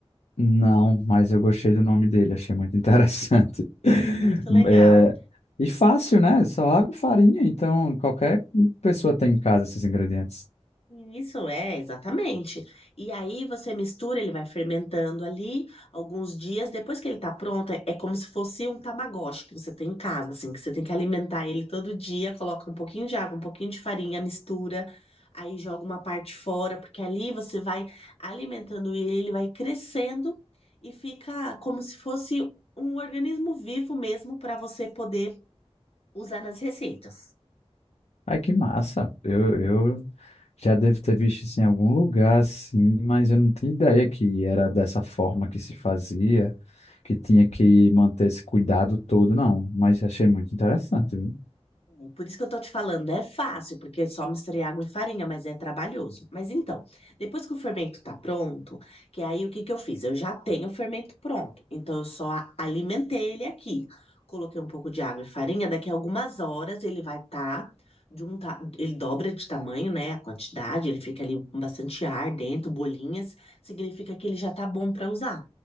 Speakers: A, on the left; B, on the left.
A: Não, mas eu gostei do nome dele, achei muito interessante. <laughs>
B: É Muito legal.
A: É, e fácil, né? Só água e farinha, então qualquer pessoa tem em casa esses ingredientes.
B: Isso é, exatamente. E aí você mistura, ele vai fermentando ali alguns dias. Depois que ele tá pronto, é, é como se fosse um tamagotchi que você tem em casa, assim, que você tem que alimentar ele todo dia, coloca um pouquinho de água, um pouquinho de farinha, mistura, aí joga uma parte fora, porque ali você vai alimentando ele, ele vai crescendo e fica como se fosse um organismo vivo mesmo para você poder usar nas receitas.
A: Ai, que massa. Eu, eu já devo ter visto isso em algum lugar, assim, mas eu não tinha ideia que era dessa forma que se fazia, que tinha que manter esse cuidado todo, não. Mas achei muito interessante, viu?
B: É Por isso que eu tô te falando, é fácil, porque é só misturar água e farinha, mas é trabalhoso. Mas então, depois que o fermento tá pronto, que aí o que que eu fiz? Eu já tenho o fermento pronto, então eu só a- alimentei ele aqui. Coloquei um pouco de água e farinha, daqui a algumas horas ele vai estar de um ta... ele dobra de tamanho, né, a quantidade, ele fica ali com bastante ar dentro, bolinhas, significa que ele já tá bom para usar.